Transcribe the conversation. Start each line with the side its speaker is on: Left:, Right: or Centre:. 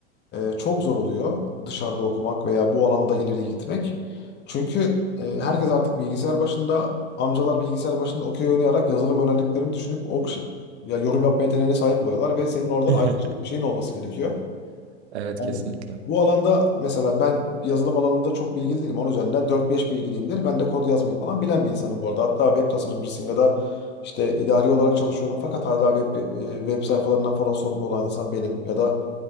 Left: e, çok zor oluyor dışarıda okumak veya bu alanda ileri gitmek. Çünkü e, herkes artık bilgisayar başında, amcalar bilgisayar başında okey oynayarak yazılım öğrendiklerini düşünüp o kişi- ya yorum yapma yeteneğine sahip oluyorlar ve senin oradan
Right: <laughs>
Left: ayrılacak bir şeyin olması gerekiyor.
Right: Evet
Left: Yani
Right: kesinlikle.
Left: bu alanda mesela ben yazılım alanında çok bilgili değilim. Onun üzerinden 4-5 bilgiliyimdir. Ben de kod yazmayı falan bilen bir insanım bu arada. Hatta web tasarımcısıyım ya da işte idari olarak çalışıyorum fakat hala web, e, web sayfalarından falan sorumlu olan insan benim ya da